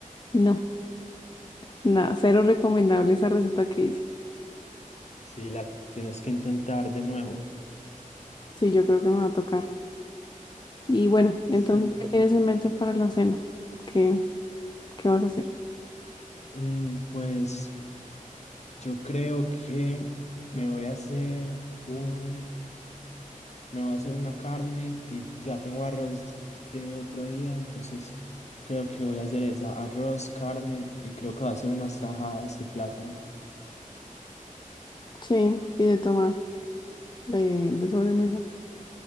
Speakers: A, on the left (about 30°); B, on the left (about 50°).
A: y no, nada, cero recomendable esa receta que hice.
B: Sí, la tienes que intentar de nuevo.
A: Sí, yo creo que me va a tocar. Y bueno, entonces,
B: Sí.
A: ¿qué tienes en mente para la cena? ¿Qué, qué vas a hacer?
B: Mm, pues yo creo que me voy a hacer un, me voy a hacer una carne y ya tengo arroz de otro día, entonces creo que voy a hacer esa, arroz, carne y creo que voy a hacer unas tajadas de plátano.
A: Sí, y de tomar, de, de sobremesa.